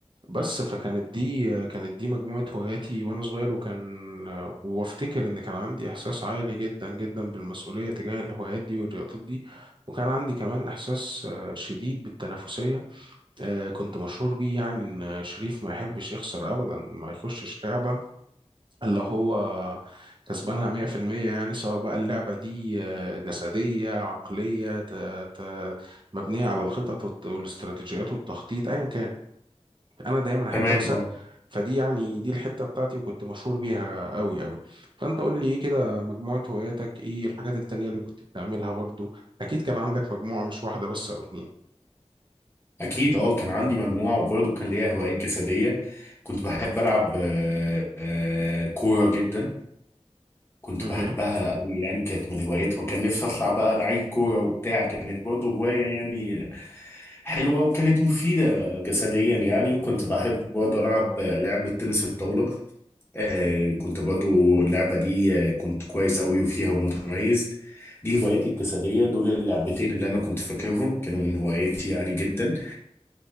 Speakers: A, on the right; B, on the left.
A: بس فكانت دي آه، كانت دي مجموعة هواياتي وأنا صغير وكان آه، وأفتكر إن كان عندي إحساس عالي جدا جدا بالمسؤولية تجاه الهوايات دي والرياضات دي وكان عندي كمان إحساس آه، شديد بالتنافسية آه، كنت مشهور بيه يعني ان شريف ما يحبش يخسر ابدا ما يخشش لعبه الا هو كسبانها 100% يعني سواء بقى اللعبه دي آه، جسديه عقليه ت- ت- مبنيه على الخطط والت- والاستراتيجيات والتخطيط ايا كان انا دايما احب
B: تمام
A: اكسب
B: اه
A: فدي يعني دي الحته بتاعتي وكنت مشهور بيها قوي قوي فانت قول لي ايه كده مجموعه هواياتك ايه الحاجات التانيه اللي كنت بتعملها برضو اكيد كان عندك مجموعه مش واحده بس او اتنين
B: اكيد اه كان عندي مجموعه وبرضه كان ليا هوايات جسديه كنت بحب العب آه، آه، كوره جدا كنت
A: مهم.
B: بحبها قوي يعني كانت من هواياتي وكان نفسي اطلع بقى لعيب كوره وبتاع كانت برضه هوايه يعني حلوه وكانت مفيده جسديا يعني وكنت بحب برضه العب لعبه تنس الطاوله آه كنت برضه اللعبه دي آه، كنت كويس قوي وفيها متميز دي هوايتي الجسديه دول اللعبتين اللي انا كنت فاكرهم كانوا من هوايتي يعني جدا